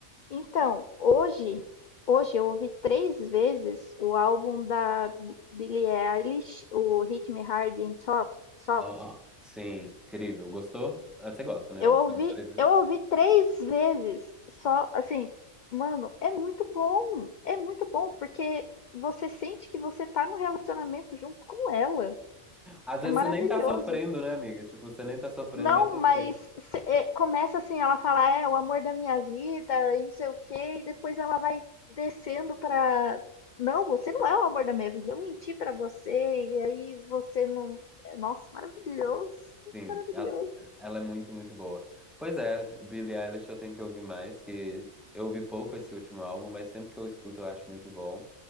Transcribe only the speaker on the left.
Então, hoje, hoje eu ouvi três vezes o álbum da Billie Eilish, o Hit Me Hard and Soft, Soft.
Eu
ouvi,
eu ouvi três vezes, só assim, mano, é muito bom. É muito bom porque você sente que você tá num relacionamento junto com ela.
É maravilhoso.
Não,
mas
se- é, começa assim, ela fala, é o amor da minha vida e não sei o quê, e depois ela vai descendo pra. Não, você não é o amor da minha vida. Eu menti pra você e aí você não. é, Nossa, maravilhoso,
maravilhoso.